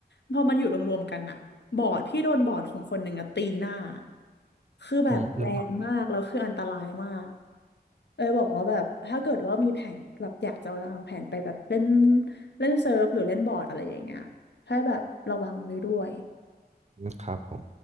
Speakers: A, on the left (about 85°); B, on the right (about 40°).
A: พอมันอยู่รวมๆกันอ่ะบอร์ดพี่โดนบอร์ดของคนหนึ่งอ่ะตีหน้าคือแบบแรงมากแล้วคืออันตรายมาก
B: ผมแล้ว
A: เออบอกว่าแบบถ้าเกิดว่ามีแผนแบบอยากจะวางแผนไปแบบเล่นเล่นเซิร์ฟหรือเล่นบอร์ดอะไรอย่างเงี้ยให้แบบระวังไว้ด้วย
B: อืมครับผม